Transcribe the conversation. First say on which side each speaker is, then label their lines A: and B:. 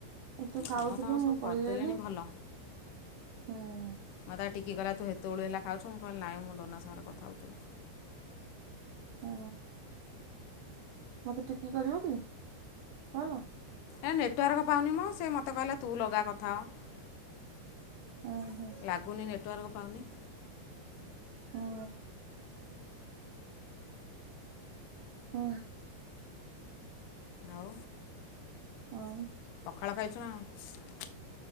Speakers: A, on the right (about 75°); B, on the left (about 85°).
A: ତୁ
B: ଏ
A: ଖାଉଥିଲୁ
B: ସମସ୍ତଙ୍କର
A: ମୁଁ
B: ସବୁ କରିଦେଲେଣି
A: ପଳେଇଆଇଲି।
B: ଭଲ
A: ହଁ।
B: ମୋତେ ଟିକି କହିଲା ତୁ ହେତେବେଳୁ ହେଲା ଖାଉଚୁ ମୁଁ କହିଲି ନାଇଁ ଡୋନା ସାଙ୍ଗରେ କଥା ହୋଉଥିଲି।
A: ହଁ। ମତେ ଟିକି କରିବ କି କଲ।
B: ଏ ନେଟୱାର୍କ ପାଉନି ମ ସେ ମୋତେ କହିଲା ତୁ ଲଗା କଥା ହ।
A: ହଁ ହଁ।
B: ଲାଗୁନି ନେଟୱାର୍କ ପାଉନି।
A: ହୁଁ। ହୁଁ
B: ଆଉ।
A: ଆଉ।
B: ପଖାଳ ଖାଇଚୁ ନା କଣ।